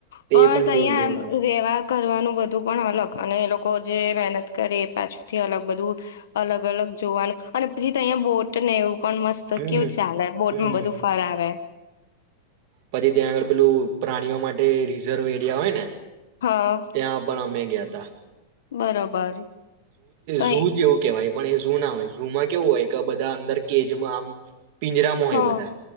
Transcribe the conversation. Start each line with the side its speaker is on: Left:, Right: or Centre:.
Right: તે
Left: પણ ત્યા
Right: જોયેલું
Left: એમ
Right: અમે
Left: રહેવા કરવાનું બધું પણ અલગ અને એ લોકો જે મહેનત કરે એ પાછુંથી અલગ બધું અલગ અલગ જોવાનું અને પછી તો અહીંયા બોટ ને એવું પણ મસ્ત
Right: હમ
Left: કેવું ચાાલે બોટમાં
Right: હમ
Left: બધુ ફરાવે વે
Right: પછી ત્યાં આગળ પેલું પ્રાણીઓ માટે રિઝર્વ એરિયા હોય ને
Left: હા
Right: ત્યાં પણ મ ગયા ત
Left: બરોબર તો
Right: ઝુ જ એવું કેવાય, પણ, એ ઝુ ના હોય છે રૂમાં કેવું હોય કે બધા અંદર કેજમાં આમ પિંજરામાં
Left: હ
Right: હોય બધા